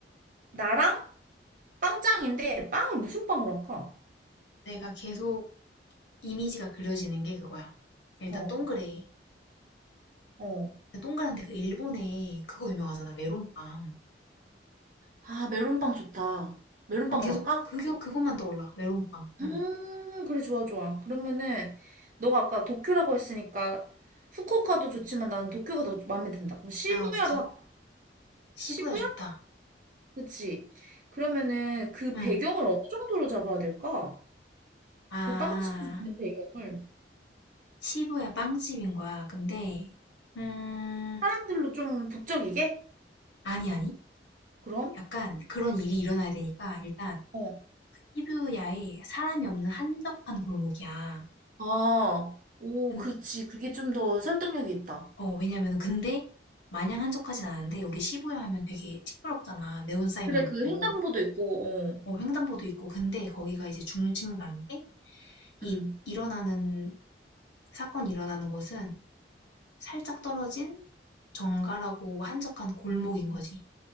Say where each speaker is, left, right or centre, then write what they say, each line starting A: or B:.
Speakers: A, on the right; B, on the left.
A: 나랑 빵짱인데 빵을 무슨 빵으로 할까?
B: 내가 계속 이미지가 그려지는 게 그거야. 일단
A: 어.
B: 동그래.
A: 어.
B: 근데 동그란데 그 일본에 그거 유명하잖아, 메론빵.
A: 아, 메론빵 좋다. 메론빵으로
B: 난 계속
A: 할까?
B: 그게 그것만 떠올라, 메론빵.
A: 음,
B: 응.
A: 그래, 좋아, 좋아. 그러면은, 너가 아까 도쿄라고 했으니까, 후쿠오카도 좋지만 나는 도쿄가 더 마음에 든다. 그럼 시부야로
B: 아오키,
A: 할까?
B: 시부야
A: 시부야?
B: 좋다.
A: 그치? 그러면은 그
B: 응.
A: 배경을 어느 정도로 잡아야 될까?
B: 아,
A: 그 빵집 있는 배경을
B: 시부야 빵집인 거야. 근데 음,
A: 사람들로 좀 북적이게?
B: 아니 아니.
A: 그럼?
B: 약간 그런 일이 일어나야 되니까 일단
A: 어.
B: 시부야에 사람이 없는 한적한 골목이야.
A: 아, 오,
B: 음,
A: 그치. 그게 좀 더 설득력이 있다.
B: 어, 왜냐면은 근데 마냥 한적하진 않은데 우리 시부야 하면 되게 시끄럽잖아. 네온사인
A: 그래,
B: 많고
A: 그 횡단보도 있고, 어.
B: 어, 횡단보도 있고 근데 거기가 이제 중심가인데 이
A: 응.
B: 일어나는 사건이 일어나는 곳은 살짝 떨어진 정갈하고 한적한 골목인 거지.